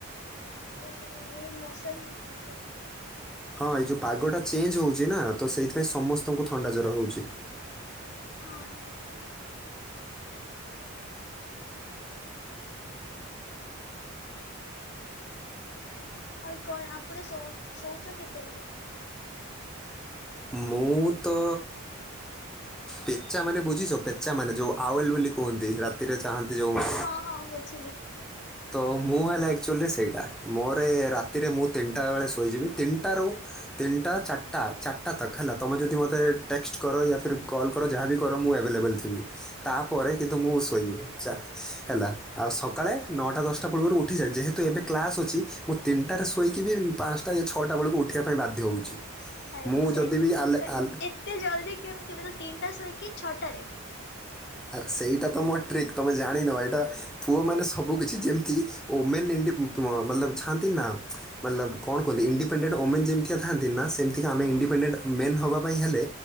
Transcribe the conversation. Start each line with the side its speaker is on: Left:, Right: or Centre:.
Left: ଓହ ଏଇ ମୌସମ ହଉଥିଲା।
Centre: ହଁ ଏଇ ଯୋଉ ପାଗଟା ଚେଞ୍ଜ ହଉଛି ନା ତ ସେଇଥିପାଇଁ ସମସ୍ତଙ୍କୁ ଥଣ୍ଡା ଜ୍ଵର ହଉଛି।
Left: ହଁ ହଁ ସେଇଟା। ଆଉ କଣ ଆପଣେ ଶ ଶୋଉଛ କେତେବେଳେ?
Centre: ମୁଁ ତ ପେଚା ମାନେ ବୁଝିଛ ପେଚା ମାନେ ଯେଉଁ ଆୱଲ ବୋଲି କୁହନ୍ତି ରାତିରେ ଚାହାନ୍ତି ଯୋଉ ମା
Left: ହଁ ହଁ ବୁଝିଲି।
Centre: ତ ମୁଁ ହେଲା ଆକ୍ଚୁଆଲି ସେଇଟା ମୋରେ ରାତିରେ ମୁଁ ତିନିଟା ବେଳେ ଶୋଇଯିବି ତିନିଟାରୁ ତିନିଟା ଚାରିଟା ଚାରିଟା ତକ ହେଲା ତମେ ଯଦି ମୋତେ ଟେକ୍ସଟ କର ୟା ଫିର୍ କଲକର ଯାହା ବି କର ମୁଁ ଆଭେଲେବଲ୍ ଠିକ୍ ଅଛି, ତାପରେ କିନ୍ତୁ ମୁଁ ଶୋଇବି ଯା ହେଲା ଆଉ ସକାଳେ ନଅଟା ଦଶଟା ପୂର୍ବରୁ ଉଠିଯାଏ ଯେହେତୁ ଏବେ କ୍ଲାସ୍ ଅଛି ମୁଁ ତିନିଟାରେ ଶୋଇକି ବି ପା ଛଅଟା ବେଳକୁ ଉଠିବା ପାଇଁ ବାଧ୍ୟ ହଉଛି
Left: ଭାଇ
Centre: ମୁଁ
Left: ସେଲି
Centre: ଯଦି ବି ଆଲେ
Left: କା
Centre: ଆଲ୍
Left: ଏତେ ଜଲ୍ଦି କେମତି ତିନିଟା ଶୋଇକି ଛଅଟାରେ।
Centre: ଆର୍ ସେଇଟା ତ ମୋ ଟ୍ରିକ୍ ତମେ ଜାଣିିନ ଏଇଟା ପୁଅମାନେ ସବୁ କିିଛି ଯେମିତି ଓ ମେନ୍ ଏମିତି ମଲବ ଛାନ୍ତି ନା। ମଲବ କଣ କୁହନ୍ତି ଇଣ୍ଡିପେଣ୍ଡଡ ଓମେନ୍ ଯେମତିଆ ଥାନ୍ତି ନା ସେମିତିକା ଆମେ ଇଣ୍ଡିପେଣ୍ଡେଡ ମେଲ଼ ହବା ପାଇଁ ହେଲେ